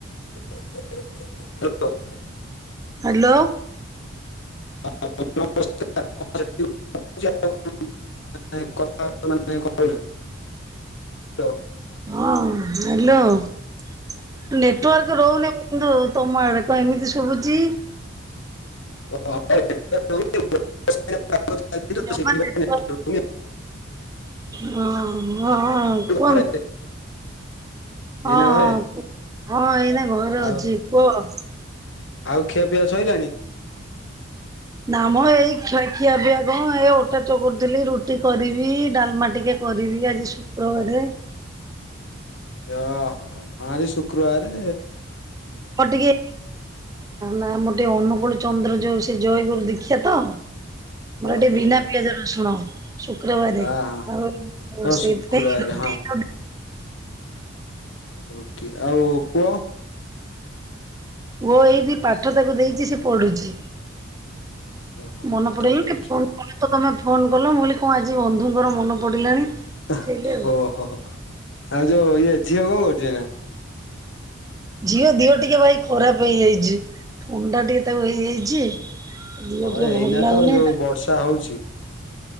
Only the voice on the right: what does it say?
ହ୍ୟାଲୋ।
ହଁ ହ୍ୟାଲୋ। ନେଟୱାର୍କ ରହୁନି ମୁ କିନ୍ତୁ ତମ ଆଡେ କଣ ଏମିତି ଶୁଭୁଛି?
ଜମା ନେଟୱାର୍କ ହଁ ହଁ ହଁ କୁହନ୍
ହଁ
ହଁ
ହଁ ଏଇନା ଘରେ ଅଛି
କୁହ?
ନା ମ ଏଇ ଖଇ ଖିଆ ପିଆ କଣ ଏ ଅଟା ଚକୁଟି ଥିଲି ରୁଟି କରିବି। ଡାଲମା ଟିକେ କରିବି ଆଜି ଶୁକ୍ରବାର।
ହଁ ଟିକେ ନା ମୋର ଟିକେ ଅନୁକୂଳ ଚନ୍ଦ୍ର ଯୋଉ ସେ ଜୟଗୁରୁ ଦୀକ୍ଷା ତ ମୋର
ଏଠି ବିନା ପିଆଜ ରସୁଣ ଶୁକ୍ରବାରେ
ଆଉ
ସେଥିପାଇଁ
<unintelligible>
ପୁଅ ଏଇଠି ପାଠ ତାକୁ ଦେଇଛି ସେ ପଢୁଛି।
ମନ
ପଡିଗଲା
ତ ଫୋନ୍ କଣ ତ ତମେ ଫୋନ କଲ ମୁଁ କହିଲି କଣ ଆଜି ବନ୍ଧୁଙ୍କର ମନ ପଡିଲାଣି।
ସେଇଲି ଆଉ
ଝିଅ ଦିହ ଟିକେ ଭାଇ ଖରାପ ହେଇଯାଇଛି। ଥଣ୍ଡା ଟିକେ ତାକୁ ହେଇଯାଇଛି। ଦିହ
ଟିକେ
ଭଲ ଲାଗୁନି
ତା